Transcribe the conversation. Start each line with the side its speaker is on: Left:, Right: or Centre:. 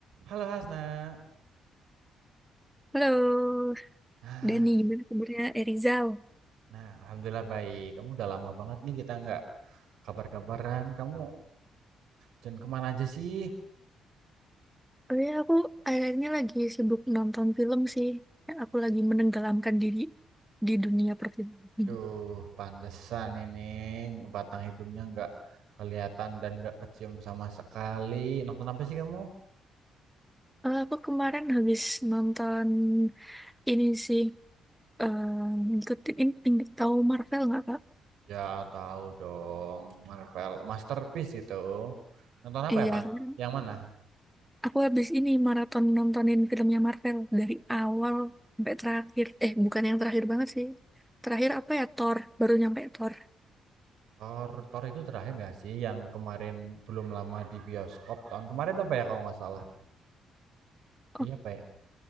Right: Halo Hasna.
Centre: Halo,
Right: Nah,
Centre: Dani, gimana kabarnya? Eh, Rizal.
Right: nah, alhamdulillah baik. Kamu udah lama banget nih kita nggak kabar-kabaran. Kamu jangan kemana aja sih?
Centre: Oh ya, aku akhirnya lagi sibuk nonton film sih. Aku lagi menenggelamkan diri di dunia perfilman.
Right: Waduh, pantesan ini batang hidungnya nggak kelihatan dan nggak kecium sama sekali. Nonton apa sih kamu?
Centre: Eh, aku kemarin habis nonton ini sih, eh, ngikutin ini tinggi tahu Marvel nggak Kak?
Right: Ya tahu dong, Marvel Masterpiece itu. Nonton apa
Centre: Iya,
Right: emang?
Centre: kemarin
Right: Yang mana?
Centre: aku habis ini maraton nontonin filmnya Marvel dari awal sampai terakhir. Eh, bukan yang terakhir banget sih. Terakhir apa ya, Thor. Baru nyampe Thor.
Right: Thor, Thor itu terakhir nggak sih? Yang kemarin belum lama di bioskop tahun kemarin apa ya kalau nggak salah? Iya
Centre: Oh,
Right: apa ya?